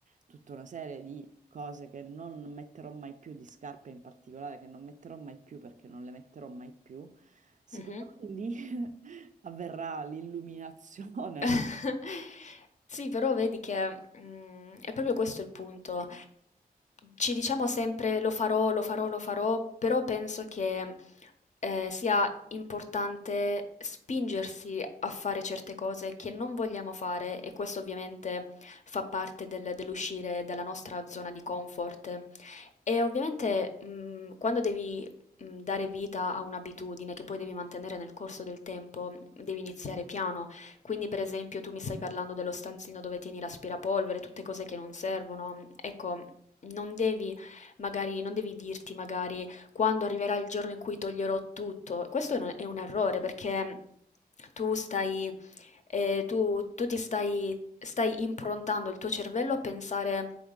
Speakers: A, on the right; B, on the left.
A: tutta una serie di cose che non metterò mai più, di scarpe in particolare, che non metterò mai più perché non le metterò mai più, secondo
B: mh-mh. <laughs>
A: me lì <laughs> avverrà l'illuminazione.
B: <laughs> Sì, però vedi che mm, è proprio questo il punto. Ci diciamo sempre lo farò, lo farò, lo farò, però penso che eh, sia importante spingersi a fare certe cose che non vogliamo fare e questo ovviamente fa parte del- dell'uscire dalla nostra zona di comfort. E ovviamente mm, quando devi mm, dare vita a un'abitudine che poi devi mantenere nel corso del tempo, devi iniziare piano. Quindi, per esempio, tu mi stai parlando dello stanzino dove tieni l'aspirapolvere, tutte cose che non servono. Ecco, non devi magari, non devi dirti magari quando arriverà il giorno in cui toglierò tutto. Questo è un, è un errore perché ehm, tu stai, eh, tu, tu ti stai, stai improntando il tuo cervello a pensare,